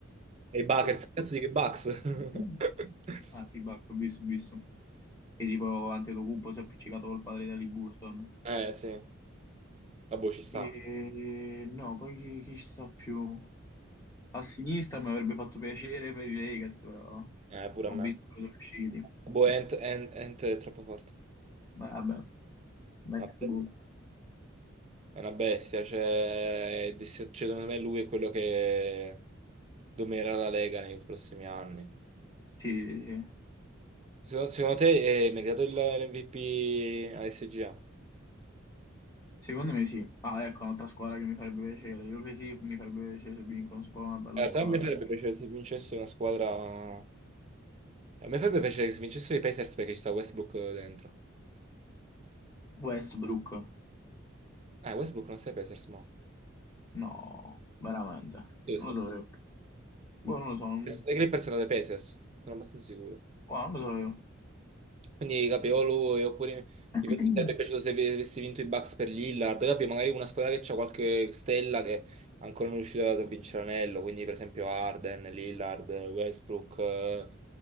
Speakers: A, on the right (about 30°); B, on the left (about 15°).
A: i Buckers,
B: <coughs>
A: che cazzo di che Bucks? <laughs>
B: Ah sì, Bucks, ho visto, ho visto. che tipo Antetokounmpo si è appiccicato col padre di Ali Burton.
A: Eh, sì. La boh, ci sta.
B: E no, poi chi, chi ci sta più? A sinistra mi avrebbe fatto piacere per i Lakers, però
A: Eh, pure
B: ho
A: a me.
B: visto che sono usciti.
A: Boh, Ant, Ant- Ant è troppo forte.
B: Ma Vabbè, next
A: Vabbè,
B: good.
A: È una bestia, cioè, è dis- cioè, secondo me lui è quello che dominerà la Lega nei prossimi anni.
B: Sì, sì, sì.
A: Secondo, secondo te eh, è meritato il- l'MVP a SGA? In
B: Secondo me sì. Ah, ecco, un'altra squadra che mi farebbe piacere. Io che sì, mi farebbe piacere se vincono, se una bella
A: realtà
B: squadra.
A: a me farebbe piacere se vincesse una squadra... A me farebbe piacere che se vincessero i Pacers perché ci sta Westbrook dentro.
B: Westbrook.
A: Ah, Westbrook non sei Pacers, mo.
B: No, veramente.
A: Dove
B: Non
A: sei?
B: lo sapevo. Boh, non lo so. non-
A: I Clippers sono dei Pacers, sono abbastanza sicuro.
B: Boh, non lo sapevo.
A: Quindi capevolo e oppure mi
B: <clears throat>
A: mi sarebbe piaciuto se ave- avessi vinto i Bucks per Lillard, capi? Magari una squadra che ha qualche stella che ancora non è riuscita a vincere l'anello, quindi per esempio Arden, Lillard, Westbrook. eh.